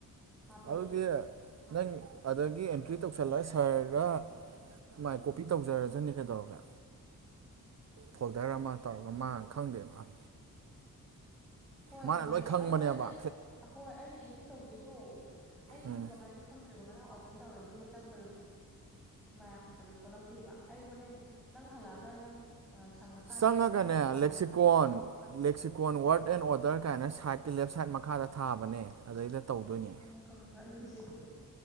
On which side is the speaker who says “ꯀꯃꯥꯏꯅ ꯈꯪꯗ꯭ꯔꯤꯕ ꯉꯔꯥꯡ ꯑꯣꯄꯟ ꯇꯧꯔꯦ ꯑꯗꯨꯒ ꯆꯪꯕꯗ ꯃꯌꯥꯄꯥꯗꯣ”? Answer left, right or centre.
Centre